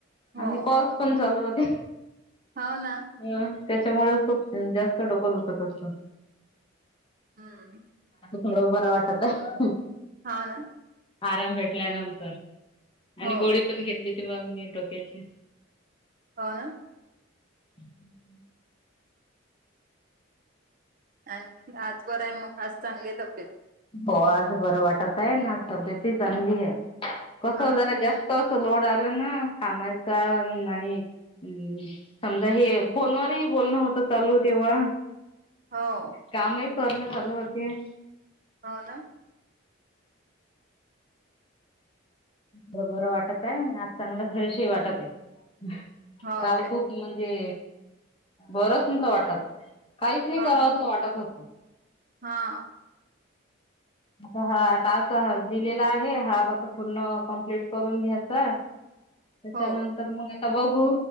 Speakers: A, on the right; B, on the left.
A: हो
B: आणि कॉल्स पण चालू होते
A: हो ना
B: अ. त्याच्यामुळे खूप जास्त डोकं दुखत असत.
A: हम्म
B: थोडं बरं वाटत आहे.
A: हा ना.
B: आराम भेटल्यानंतर आणि
A: हो
B: गोळी पण घेतली ती मग मी डोक्याची.
A: हो ना.
B: हम् हम्.
A: आणखी आज बरं आहे मग आज चांगली आहे तब्येत.
B: हो आज बरं वाटत आहे ना तब्येत चांगली आहे कस
A: हो
B: जरा
A: ना
B: जास्त अस लोड. झालं ना कामाचा आणि. हम्म समजा हे फोनवररही बोलणं होतं चालू तेव्हा.
A: हो
B: कामही करणं चालू होती.
A: हो ना.
B: बर बरं वाटत आहे आज चांगलं फ्रेश ह वाटत आहे.
A: हो
B: काल
A: काय
B: खूप म्हणजे बरच न तो वाटतात. काहीच नाही
A: हा
B: कराव
A: ना
B: असं वाटत होतं.
A: हा.
B: आ हा तास दिलेला आहे हाफ आता पूर्ण कम्प्लीट करून घ्यायचा त्याच्यानंतर
A: हो
B: मग आता बघू